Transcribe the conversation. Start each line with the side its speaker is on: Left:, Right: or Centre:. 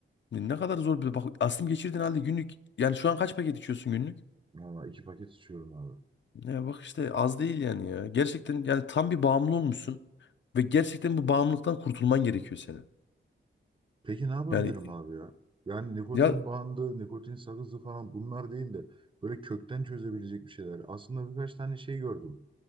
Left: Ne ne kadar zor bir bak astım geçirdiğin halde günlük yani şu an kaç paket içiyorsun günlük?
Right: Valla iki paket içiyorum abi.
Left: Ya bak işte az değil yani ya. Gerçekten yani tam bir bağımlı olmuşsun. Ve gerçekten bu bağımlılıktan kurtulman gerekiyor senin.
Right: Peki ne yapabilirim
Left: Yani
Right: abi ya? Yani nikotin
Left: ya
Right: bandı, nikotin sakızı falan bunlar değil de böyle kökten çözebilecek bir şeyler. Aslında birkaç tane şey gördüm.